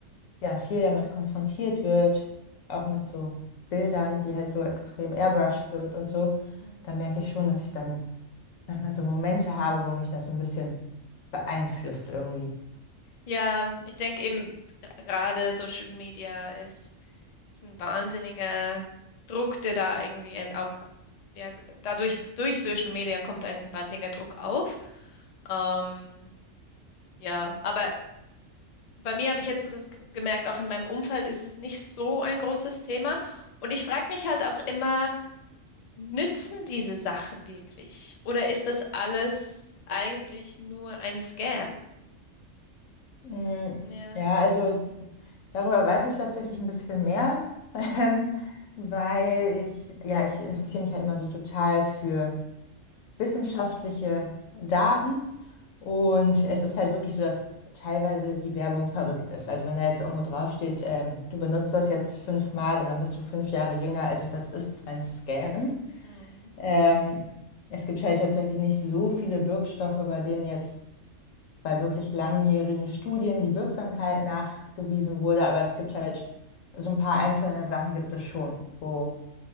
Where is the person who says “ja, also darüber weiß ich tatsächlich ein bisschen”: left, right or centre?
Left